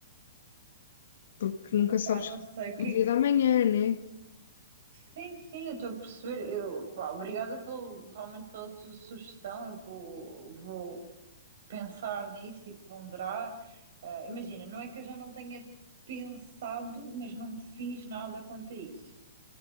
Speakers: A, on the left; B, on the right.
A: porque nunca
B: opá,
A: sabes
B: não sei o que.
A: o dia da manhã, né?
B: Sim, sim, eu estou a perceber. Eu, pá, obrigada pelo, realmente pela tua sugestão. Eu vou, vou pensar nisso e ponderar. Ah, imagina, não é que eu já não tenha pensado, mas não fiz nada quanto a isso.